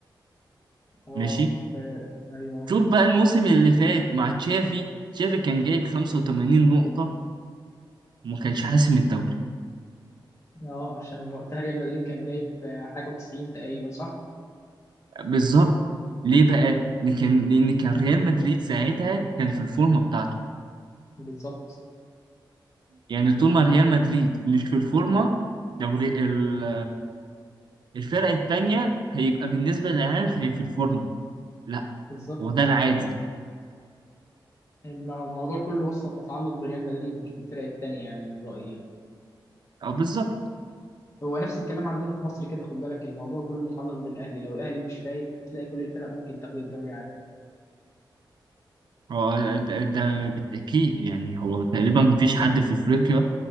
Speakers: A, on the left; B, on the right.
A: اه
B: ماشي
A: ف- ايوه
B: شوف بقى الموسم اللي فات مع تشافي تشافي كان جايب 85 نقطة وما كانش حاسم الدوري
A: اه عشان وقتها ريال مدريد كان جايب آه، حاجة وتسعين تقريبا صح؟
B: بالظبط ليه بقى؟
A: مم.
B: لأن كان لأن كان ريال مدريد ساعتها كان في الفورمة بتاعته
A: بالظبط
B: يعني طول ما ريال مدريد مش في الفورمة دوري ال- الفرق التانية هيبقى بالنسبة للعالم هي في الفورمة لا
A: بالظبط
B: وده العادي
A: الم- الموضوع كله أصلا متعلق بريال مدريد مش بالفرق التانية يعني من رأيي يعني
B: أو بالظبط
A: هو نفس الكلام عندنا في مصر كده خد بالك الموضوع كله متعلق بالأهلي لو الأهلي مش فايق هتلاقي كل الفرق ممكن تاخد الدوري عادي
B: هو ده, ده بالتأكيد يعني هو تقريبا مفيش حد في أفريقيا